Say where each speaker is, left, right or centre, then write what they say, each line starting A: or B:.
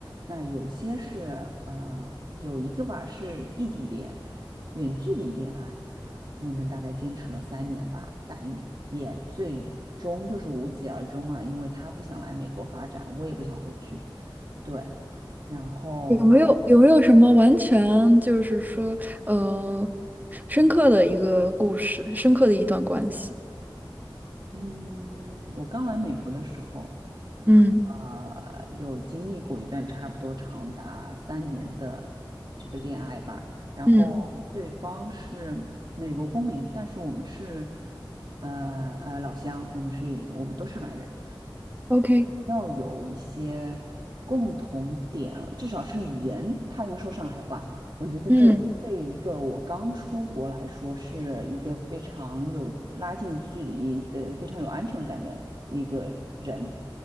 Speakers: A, on the right; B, on the right.
A: 那有些是呃，有一个吧是异地恋，远距离恋爱，我们大概坚持了三年吧，但也最终就是无疾而终嘛，因为他不想来美国发展，我也不想回去，对，然后
B: 有没有有没有什么完全就是说，呃，深刻的一个故事，深刻的一段关系？
A: 嗯，我刚来美国的时候。
B: 嗯
A: 呃，有经历过一段差不多长达三年的这个恋爱吧，然后对方是美国公民，
B: 嗯
A: 但是我们是呃呃老乡，我们是我们都是上海人，
B: ，OK。
A: 要有一些共同点，至少是语言，他能说上海话。我觉得这对一个我刚出国来说，
B: 嗯
A: 是一个非常有拉近距离的、非常有安全感的一个人。